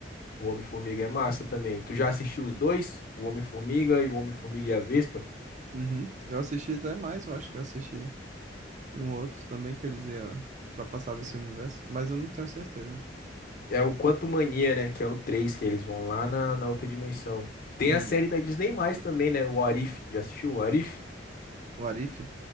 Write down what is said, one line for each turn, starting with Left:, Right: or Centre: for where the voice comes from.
Left: O Homem-Formiga é massa também. Tu já assistiu os dois? O Homem-Formiga e o Homem-Formiga e a Vespa?
Right: Uhum. Eu assisti até mais, eu acho que eu assisti. Um outro também que eles iam ultrapassar esse universo, mas eu não tenho certeza.
Left: É o Quantumania, né? Que é o 3 que eles vão lá na, na outra dimensão. Tem
Right: Hum,
Left: a série da Disney mais também, né? O What If. Já assistiu o What If?
Right: o Arif?